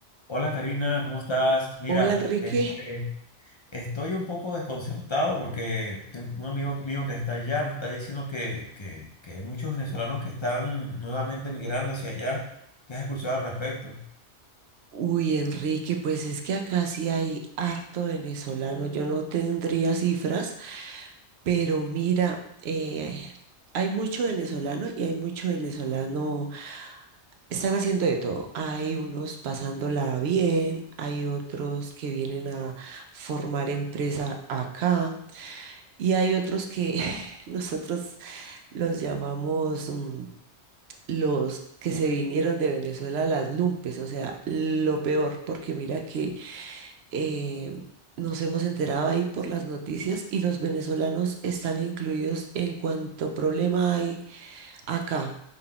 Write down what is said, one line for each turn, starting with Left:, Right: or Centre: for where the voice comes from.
Left: Hola Karina, ¿cómo estás? Mira,
Right: Hola Enrique.
Left: este, estoy un poco desconcertado porque tengo un amigo mío que está allá me está diciendo que, que, que hay muchos venezolanos que están nuevamente migrando hacia allá. ¿Qué has escuchado al respecto?
Right: Uy, Enrique, pues es que acá sí hay harto venezolano. Yo no tendría cifras, pero mira, eh, hay mucho venezolano y hay mucho venezolano. Están haciendo de todo. Hay unos pasándola bien, hay otros que vienen a formar empresa acá y hay otros que <laughs> nosotros los llamamos... mm, los que se vinieron de Venezuela, las lumpes, o sea, lo peor, porque mira que eh, nos hemos enterado ahí por las noticias y los venezolanos están incluidos en cuanto problema hay acá.